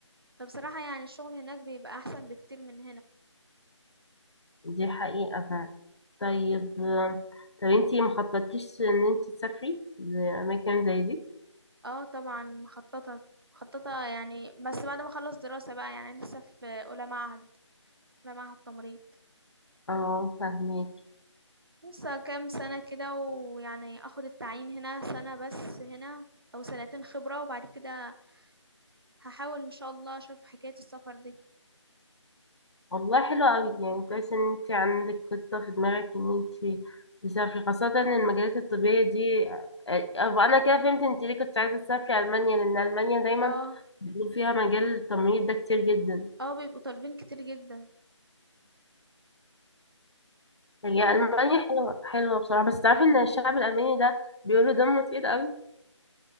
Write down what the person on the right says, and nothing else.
فبصراحة يعني الشغل هناك بيبقى احسن بكتير من
هنا
اه طبعا مخططة مخططة يعني بس بعد ما اخلص دراسة بقى يعني لسه في اولى معهد اولى معهد تمريض
لسه كام سنة كده ويعني اخد التعيين هنا سنة بس هنا او سنتين خبرة وبعد كده هحاول ان شاء الله اشوف حكاية السفر دي
اه
اه بيبقوا طالبين كتير جدا
برضه